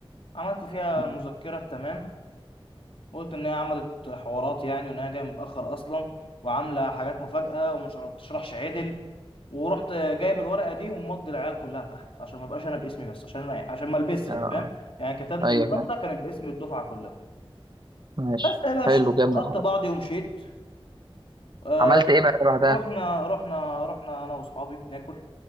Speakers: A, on the left; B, on the right.
A: عملت فيها
B: آه
A: المذكرة التمام وقلت إن هي عملت حوارات يعني وإن هي جاية متأخر أصلا وعاملة حاجات مفاجأة وما شر- بتشرحش عدل ورحت جايب الورقة دي ومضي العيال كلها تحت عشان ما بقاش أنا باسمي بس عشان أنا عشان ما البس
B: آه
A: يعني فاهم يعني كتاب
B: أيوه
A: الأنطة كانت باسم الدفعة كلها
B: ماشي
A: بس يا باشا
B: حلو جامد
A: أخدت
B: الحركة
A: بعضي ومشيت آه
B: عملت إيه بقى بعدها؟
A: رحنا رحنا رحنا أنا وأصحابي ناكل